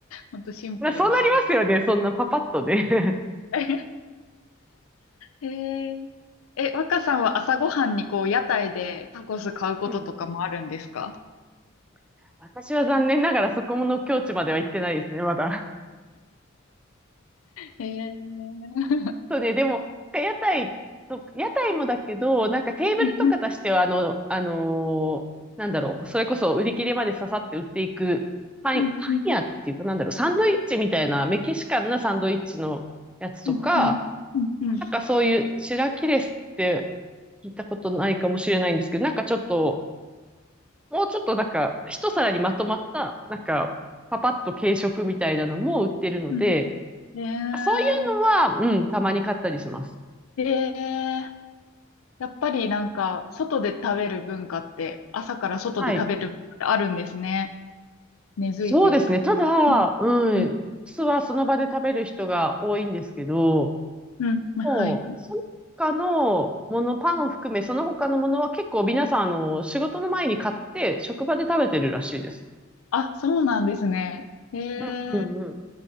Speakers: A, on the left; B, in the centre.
A: ほんとシンプルにみ
B: まあそうなりますよね。そんなパパッとね。
A: たい。<laughs> へええ、若さんは朝ごはんにこう屋台でタコス買うこととかもあるんですか
B: <laughs> うん。<laughs> 私は残念ながらそこの境地までは行ってないですね、まだ。
A: へえー、<laughs>
B: そうね、でも、屋台と、屋台もだけど、なんかテーブルとか出しては、
A: うん
B: あの、あのーなんだろう、それこそ売り切れまで刺さって売っていく、パン、
A: うんうん
B: パン屋っていうか、なんだろう、サンドイッチみたいな、メキシカンなサンドイッチのやつとか、
A: うんうん。うんうん。
B: なんかそういう、シラキレスって聞いたことないかもしれないんですけど、なんかちょっと、もうちょっとなんか、一皿にまとまった、なんか、パパッと軽食みたいなのも売ってるので、
A: うん。ね
B: そういうのは、うん、たまに買ったりします。
A: え。ええ。やっぱりなんか、外で食べる文化って、朝から外で食べる文化ってあるんですね。
B: はい。
A: 根付いてると。
B: そうですね。ただ、
A: うん
B: うん、
A: うん
B: 酢はその場で食べる人が多いんですけど、
A: うんまはい。
B: もう、その他のもの、パンを含め、その他のものは結構皆さん、あの、仕事の前に買って、職場で食べてるらしいです。
A: あ、そうなんですね。え
B: うんうんうん。
A: え。